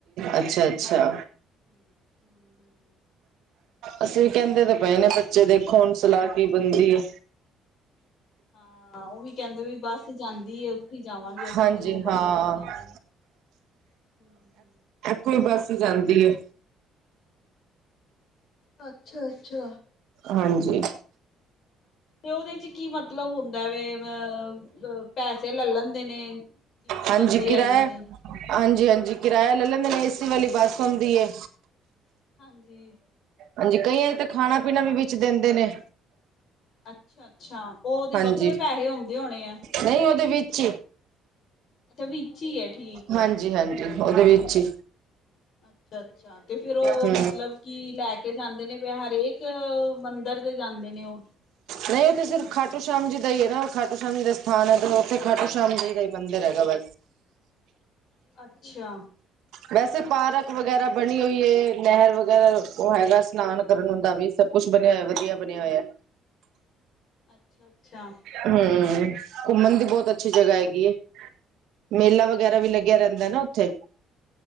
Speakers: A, on the right (about 70°); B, on the left (about 45°).
A: ਅੱਛਾ-ਅੱਛਾ।
B: <inaudible> <inaudible>
A: ਅਸੀ ਵੀ ਕਹਿੰਦੇ ਤਾਂ ਪਏ ਨੇ ਬੱਚੇ ਦੇਖੋ ਹੁਣ ਸਲਾਹ ਕੀ ਬਣਦੀ ਐ।
B: ਹਾਂ ਉਹ ਵੀ ਕਹਿੰਦੇ ਵੀ ਬੱਸ ਜਾਂਦੀ ਏ। ਉੱਥੇ ਜਾਵਾਂਗੇ ਅਸੀਂ
A: ਹਾਂਜੀ
B: ਵੀ ਉਹ ਬੱਸ
A: ਹਾਂ
B: ਤੇ ਹੀ ਜਾਗੇ। ਹਮ-ਹਮ।
A: ਕੋਈ ਬੱਸ ਜਾਂਦੀ ਐ।
B: ਅੱਛਾ-ਅੱਛਾ।
A: ਹਾਂਜੀ।
B: ਤੇ ਉਹਦੇ ਚ ਕੀ ਮਤਲਬ ਹੁੰਦਾ ਵ ਅ ਪੈਸੇ ਲੈ ਲੈਂਦੇ ਨੇ। ਜਿੰਨੇ
A: ਹਾਂਜੀ,
B: ਬੰਦੇ
A: ਕਿਰਾਇਆ
B: ਹੈਗੇ ਨੇ
A: ਹਾਂਜੀ-ਹਾਂਜੀ ਕਿਰਾਇਆ ਲੈ ਲੈਦੇ ਨੇ ਏਸੀ ਵਾਲੀ ਬਸ ਹੁੰਦੀ ਐ।
B: ਹਾਂਜੀ।
A: ਹਾਂਜੀ, ਕਈਆਂ ਚ ਤੇ ਖਾਣਾ-ਪੀਣਾ ਵੀ ਵਿੱਚ ਦਿੰਦੇ ਨੇ।
B: ਅੱਛਾ ਅੱਛਾ ਉਹ ਉਹਦੇ
A: ਹਾਂਜੀ,
B: ਵੱਖਰੇ ਪੈਸੇ ਹੁੰਦੇ ਹੋਣੇ ਆ
A: ਨਹੀਂ ਉਹਦੇ ਵਿੱਚ ਹੀ।
B: ਅੱਛਾ ਵਿੱਚ ਹੀ ਹੈ ਠੀਕ ਹੈ
A: ਹਾਂਜੀ-ਹਾਂਜੀ। ਉਹਦੇ ਵਿੱਚ ਈ।
B: ਅੱਛਾ-ਅੱਛਾ ਤੇ ਫਿਰ ਉਹ
A: ਹੂੰ
B: ਮਤਲਬ ਕੀ ਲੈ ਕੇ ਜਾਂਦੇ ਨੇ ਵੀ ਹਰੇਕ ਮੰਦਿਰ ਤੇ ਜਾਂਦੇ ਨੇ ਉਹ
A: ਨਹੀਂ ਉੱਥੇ ਸਿਰਫ ਖਾਟੂ ਸ਼ਾਮ ਜੀ ਦਾ ਈ ਐ ਨਾ ਖਾਟੂ ਸ਼ਾਮ ਜੀ ਦਾ ਸਥਾਨ ਐ ਉਥੇ ਖਾਟ ਸ਼ਾਮ ਜੀ ਗ ਮੰਦਿਰ ਹੈਗਾ ਵ
B: ਅੱਛਿਆ।
A: ਵੈਸੇ ਪਾਰਕ ਵਗੈਰਾ ਬਣੀ ਹੋਈ ਐ, ਨਹਿਰ ਵਗੈਰਾ, ਉਹ ਹੈਗਾ ਸਸ਼ਨਾਨ ਕਰਨ ਦਾ ਵੀ ਸਭ ਕੁਝ ਬਣਿਆ ਹੋਇਆ, ਵਧੀਆ ਬਣਿਆ ਹੋਇਆ।
B: ਅੱਛਾ-ਅੱਛਾ।
A: ਹਮ, ਘੁੰਮਣ ਦੀ ਬਹੁਤ ਅੱਛੀ ਜਗ੍ਹਾ ਹੈਗੀ ਐ ਮੇਲਾ
B: ਅੱਛਾ
A: ਵਗੈਰਾ ਵੀ ਲੱਗਿਆ ਰਹਿੰਦਾ ਹੈ ਨਾ ਉੱਥੇ